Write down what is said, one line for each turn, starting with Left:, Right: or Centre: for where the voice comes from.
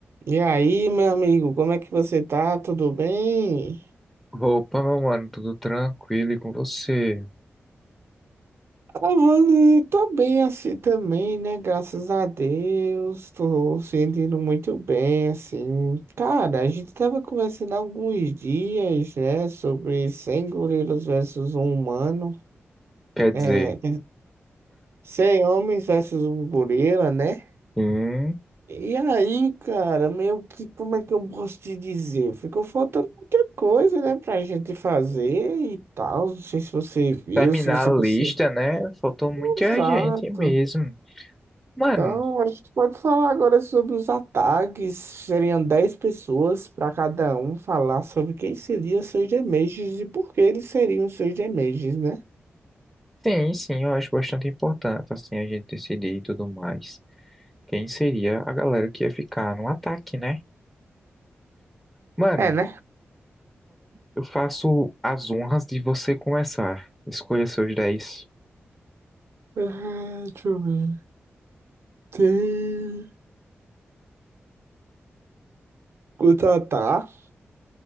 Right: E aí, meu amigo, como é que você tá? Tudo bem?
Centre: Opa, meu mano, tudo tranquilo e com você?
Right: Ah, mano, eu tô bem assim também, né? Graças a Deus, tô sentindo muito bem, assim. Cara, a gente tava conversando há alguns dias, né, sobre 100 gorilas versus um humano,
Centre: Quer
Right: é,
Centre: dizer,
Right: 100 homens versus um gorila, né?
Centre: hum,
Right: E aí, cara, meio que como é que eu posso te dizer? Ficou faltando muita coisa, né, pra gente fazer e tal. Não sei se você viu,
Centre: terminar
Right: se você
Centre: a
Right: percebeu.
Centre: lista, né? Faltou muita
Right: Exato.
Centre: gente mesmo. Mano,
Right: Então, a gente pode falar agora sobre os ataques. Seriam 10 pessoas para cada um falar sobre quem seriam seus Damages e por que eles seriam seus Damages, né?
Centre: sim, sim, eu acho bastante importante, assim, a gente decidir e tudo mais. Quem seria a galera que ia ficar no ataque, né? Mano,
Right: É, né?
Centre: eu faço as honras de você começar. Escolha seus dez
Right: Ah, deixa eu ver. Tem. Quanto ataque?